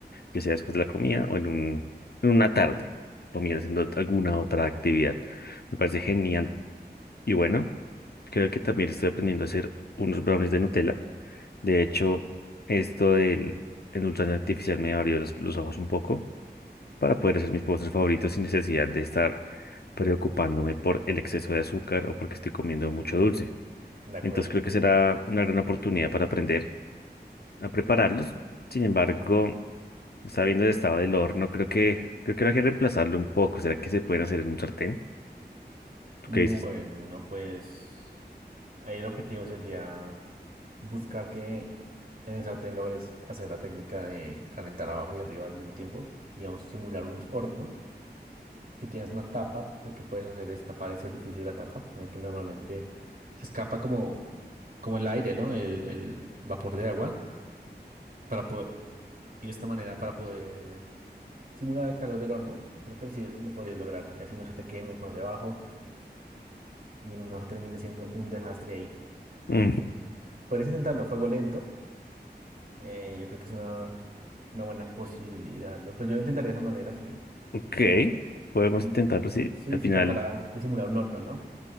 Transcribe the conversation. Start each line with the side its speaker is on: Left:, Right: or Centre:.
Left: ya sea después de la comida o en un, en una tarde, comiendo haciendo alguna otra actividad. Me parece genial. Y bueno. Creo que también estoy aprendiendo a hacer unos brownies de Nutella. De hecho, esto del endulzante artificial me abrió los, los ojos un poco para poder hacer mis postres favoritos sin necesidad de estar preocupándome por el exceso de azúcar o porque estoy comiendo mucho dulce.
Right: De acuerdo,
Left: Entonces creo
Right: sí.
Left: que será una gran oportunidad para aprender a prepararlos. Sin embargo, sabiendo el estado del horno, creo que creo que habrá que reemplazarlo un poco. ¿Será que se pueden hacer en un sartén? ¿Tú
Right: Bueno,
Left: qué dices?
Right: pues. Ahí el objetivo sería buscar que en el sartén logres hacer la técnica de calentar abajo y arriba al mismo tiempo, digamos, simular un horno. Si tienes una tapa, lo que puedes hacer es tapar ese orificio de la tapa, en el que normalmente se escapa como, como el aire, ¿no? El, el vapor de agua, para po- y de esta manera para poder simular el calor del horno. Yo creo que así lo podrías lograr, y así no se te queme por debajo y no termine siendo un desastre ahí.
Left: Mm,
Right: Puedes intentarlo a fuego lento Eh, yo creo que es una, una buena posibilidad, ¿no? Pues yo lo intentaría de esa manera, sí.
Left: ok, podemos
Right: Sí,
Left: intentarlo, sí.
Right: sí,
Left: Al
Right: se
Left: final
Right: tratará de simular un horno, ¿no?